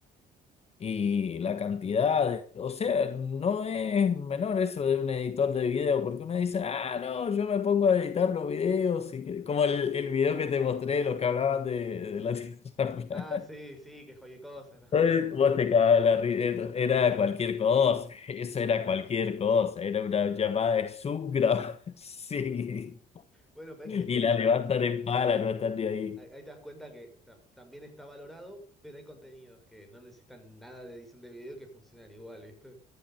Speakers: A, on the left; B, in the centre.
A: Y la cantidad, de- o sea, no es menor eso de un editor de video, porque uno dice, ah, no, yo me pongo a editar los videos, y que-". como el, el video que te mostré, los que hablaban de, de la <laughs> Tierra plana.
B: Ah, sí, sí, que cualquier cosa.
A: Entonces, vos te cagabas de la risa, era cualquier cosa, <laughs> eso era cualquier cosa, era una
B: <laughs>
A: llamada de Zoom grabada, <laughs> sí,
B: Bueno, pero hay
A: y
B: gente- bueno,
A: la levantan
B: pero
A: en pala, no están ni ahí.
B: ahí, ahí te das cuenta que ta- también está valorado, pero hay contenidos que no necesitan nada de edición de video que funcionan igual, ¿viste?